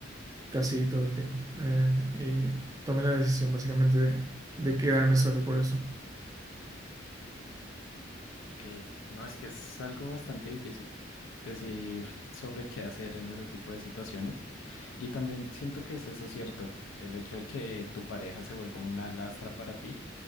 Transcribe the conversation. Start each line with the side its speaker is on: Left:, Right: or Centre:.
Right: casi todo el tiempo. Eh, y tomé la decisión básicamente de, de quedarme solo por eso.
Left: Ok, no es que es algo bastante difícil decidir sobre qué hacer en ese tipo de situaciones. Y también siento que es eso cierto, el hecho de que tu pareja se vuelva una lastra para ti,